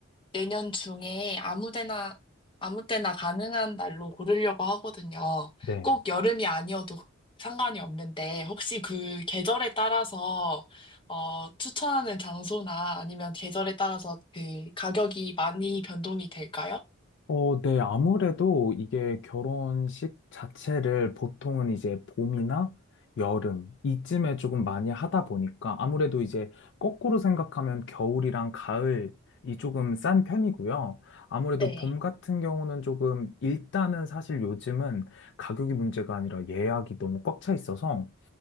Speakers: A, on the left; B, on the left.
A: 내년 중에 아무 데나, 아무 때나 가능한 날로 고르려고 하거든요.
B: 네.
A: 꼭 여름이 아니어도 상관이 없는데, 혹시 그 계절에 따라서, 어, 추천하는 장소나 아니면 계절에 따라서 그 가격이 많이 변동이 될까요?
B: 어, 네. 아무래도 이게 결혼식 자체를 보통은 이제 봄이나 여름 이쯤에 조금 많이 하다 보니까 아무래도 이제 거꾸로 생각하면 겨울이랑 가을이 조금 싼 편이고요. 아무래도
A: 네.
B: 봄 같은 경우는 조금 일단은 사실 요즘은 가격이 문제가 아니라 예약이 너무 꽉 차 있어서